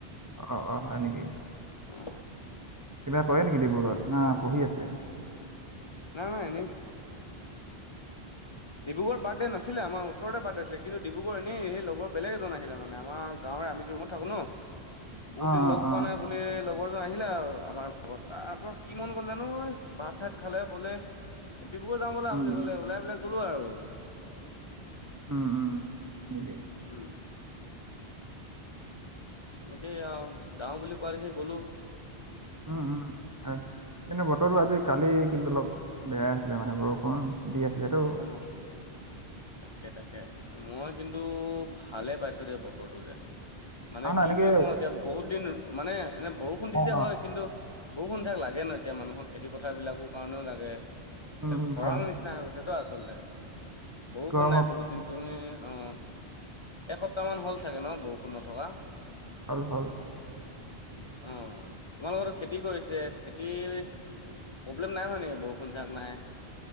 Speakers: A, on the right (about 30°); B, on the left (about 50°).
A: অ অ হয় নেকি
B: অ।
A: কিবা কৰে নেকি ডিব্ৰুগড় না পঢ়ি আছে?
B: নাই নাই এনেই। ডিব্ৰুগড় বাৰ্থডে নছিলে, আমাৰ ওচৰতে বাৰ্থডে আছিলে। কিন্তু ডিব্ৰুগড় এনে সেই লগৰ বেগ এজন আহোনে আমাৰ গাঁ আমিতো ৰুমত থাকো ন, বহুত
A: অ
B: দিন
A: অ
B: লগ পোৱা
A: অ
B: নাই বুলি লগৰ আহিলা আৰু আমাৰ লগত তাৰ পৰা কি মন গ'ল জানো এই ভাত চাত খালে বলে এই ডিব্ৰুগড় যাম ব'লা
A: উম
B: বুলি ক'লে ওলাই পেলাই গ'লো আৰু।
A: উম উম তাকে।
B: উম, এনেকেই আহ যাও বুলি কোৱা দেখি গ'লো।
A: উম-উম-উম, হয়। কিন্তু বতৰটো আজি কালি কিন্তু অলপ বেয়াই আছিলে মানে বৰষুণ দি আছিলেতো।
B: অ', তাকে তাকে মই কিন্তু ভালে পাইছো দিয়া বতৰটো যে। মানে
A: নহয় নহয়
B: কি
A: এনেকে
B: বুলি কওঁ এতিয়া বহুত দিন মানে এনে বৰষুণ দিছে
A: অ অ
B: হয় কিন্তু বৰষুণ যাক লাগে ন এতিয়া মানুহক খেতি পথাৰ বিলাকৰ কাৰণেও লাগে, এতিয়া
A: উম উম
B: খৰাং
A: হয় হয়
B: নিচিনা হৈ গৈছে <unintelligible> আচলতে। বৰষুণ
A: গৰমত
B: নাই বহুত দিনটো অ একসপ্তাহ মান হ'ল চাগে ন বৰষুণ ষুণ নথকা?
A: হ'ল হ'ল।
B: অ তোমালোকৰ ত খেতি কৰিছে খেতি প্ৰব্লেম নাই হয়োৱা নেকি বৰষুন জাক নাই?